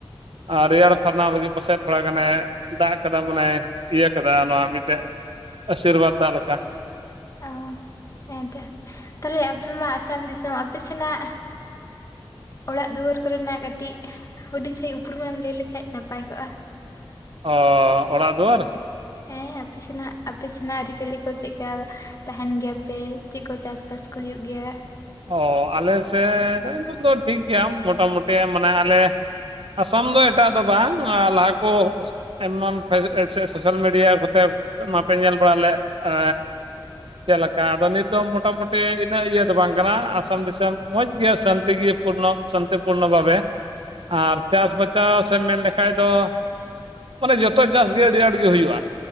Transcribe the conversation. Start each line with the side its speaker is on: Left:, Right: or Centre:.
Right: ᱟᱨ ᱨᱮᱭᱟᱲ ᱯᱷᱟᱨᱱᱟᱣ ᱞᱟᱹᱜᱤᱫ ᱯᱟᱥᱮᱡ ᱛᱷᱚᱲᱟ ᱜᱟᱱᱮ ᱫᱟᱜ ᱠᱟᱫᱟ ᱢᱟᱱᱮ ᱤᱭᱟᱹ ᱠᱟᱫᱟ ᱱᱚᱣᱟ ᱢᱤᱫᱴᱮᱡ ᱟᱥᱤᱨᱵᱟᱫᱽ ᱫᱟᱜ ᱞᱮᱠᱟ
Left: ᱚ ᱦᱮᱸ ᱛᱚ ᱛᱟᱦᱟᱞᱮ ᱟᱯᱮ ᱢᱟ ᱟᱥᱟᱢ ᱫᱤᱥᱚᱢ ᱟᱯᱮ ᱥᱮᱱᱟᱜ ᱚᱸᱲᱟᱜ ᱫᱩᱣᱟᱹᱨ ᱠᱚᱨᱮᱱᱟᱜ ᱠᱟᱹᱴᱤᱡ ᱦᱩᱸᱰᱤᱧ ᱥᱟᱹᱦᱤᱡ ᱩᱯᱨᱩᱢ ᱮᱢ ᱞᱟᱹᱭ ᱞᱮᱠᱷᱟᱱ ᱱᱟᱯᱟᱭ ᱠᱚᱜᱼᱟ?
Right: ᱚᱻ ᱚᱸᱲᱟᱜ ᱫᱩᱣᱟᱹᱨ
Left: ᱦᱮᱸ ᱟᱯᱮ ᱥᱮᱱᱟᱜ ᱟᱯᱮ ᱥᱮᱱᱟᱜ ᱟᱹᱨᱤᱪᱟᱹᱞᱤ ᱠᱚ ᱪᱮᱫᱠᱟ ᱛᱟᱦᱮᱸᱱ ᱜᱮᱭᱟ ᱯᱮ? ᱪᱮᱫ ᱠᱚ ᱪᱟᱥ ᱵᱟᱥ ᱠᱚ ᱦᱩᱭᱩᱜ ᱜᱮᱭᱟ?
Right: ᱚᱻ ᱟᱞᱮ ᱥᱮᱫ <inaudible> ᱴᱷᱤᱠ ᱜᱮᱭᱟ ᱢᱚᱴᱟᱢᱩᱴᱤ ᱢᱟᱱᱮ ᱟᱞᱮ ᱟᱥᱟᱢ ᱫᱚ ᱮᱴᱟᱜ ᱫᱚ ᱵᱟᱝ ᱞᱟᱦᱟ ᱠᱚ ᱟᱭᱢᱟᱱ ᱯᱮᱫ ᱮ ᱥᱮ ᱥᱳᱥᱟᱞ ᱢᱤᱰᱤᱭᱟ ᱠᱚᱛᱮ ᱢᱟᱯᱮ ᱧᱮᱞ ᱵᱟᱲᱟ ᱞᱮᱫᱜ ᱮᱻ ᱪᱮᱫ ᱞᱮᱠᱟ ᱟᱫᱚ ᱱᱤᱛ ᱫᱚ ᱢᱚᱴᱟᱢᱩᱴᱤ ᱤᱱᱟᱹᱜ ᱤᱭᱟᱹ ᱫᱚ ᱵᱟᱝ ᱡᱟᱞᱟ ᱟᱥᱟᱢ ᱫᱤᱥᱚᱢ ᱢᱚᱡᱽ ᱜᱮᱭᱟ ᱥᱟᱱᱛᱤ ᱜᱮᱭᱟ ᱯᱩᱨᱱᱚ ᱥᱟᱱᱛᱤ ᱯᱩᱨᱱᱚ ᱵᱷᱟᱵᱮ ᱟᱨ ᱪᱟᱥ ᱵᱟᱪᱟᱥ ᱮᱢ ᱢᱮᱱ ᱞᱮᱠᱷᱟᱡ ᱫᱚ ᱢᱟᱱᱮ ᱡᱚᱛᱚ ᱪᱟᱥ ᱜᱮ ᱟᱹᱰᱤ ᱟᱸᱴ ᱜᱮ ᱦᱩᱭᱩᱜᱼᱟ᱾